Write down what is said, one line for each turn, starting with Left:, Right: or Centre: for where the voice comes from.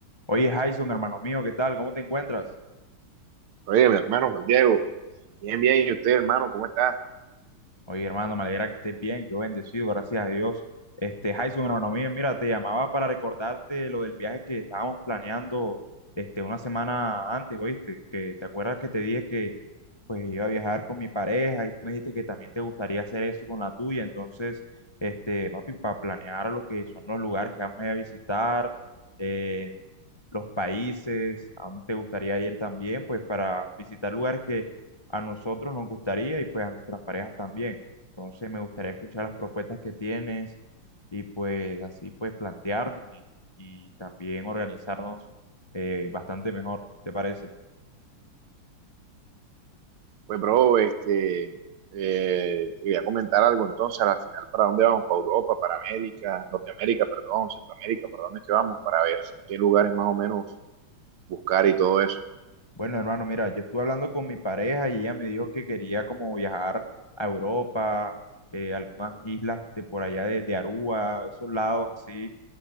Left: Oye, Jason, hermano mío, ¿qué tal? ¿Cómo te encuentras?
Right: Oye, mi hermano Juan Diego, bien, bien, ¿y usted, hermano, cómo está?
Left: Oye, hermano, me alegra que estés bien. Yo bendecido, gracias a Dios. Este, Jason, hermano mío, mira, te llamaba para recordarte lo del viaje que estábamos planeando, este, una semana antes, ¿oíste? Que te acuerdas que te dije que pues iba a viajar con mi pareja y tú me dijiste que también te gustaría hacer eso con la tuya. Entonces, este, papi, para planear lo que son los lugares que vamos a ir a visitar, eh, los países, a dónde te gustaría ir también, pues para visitar lugares que a nosotros nos gustaría y pues a nuestras parejas también. Entonces, me gustaría escuchar las propuestas que tienes y pues así pues plantearnos y, y también organizarnos eh, bastante mejor, ¿te parece?
Right: Pues, bro, este, eh, quería comentar algo entonces, a la final, ¿para dónde vamos? ¿Para Europa, para América, Norteamérica, perdón, Centroamérica, ¿para dónde es que vamos? Para ver qué lugares más o menos buscar y todo eso.
Left: Bueno, hermano, mira, yo estuve hablando con mi pareja y ella me dijo que quería como viajar a Europa, eh, algunas islas de por allá de, de Aruba, esos lados así,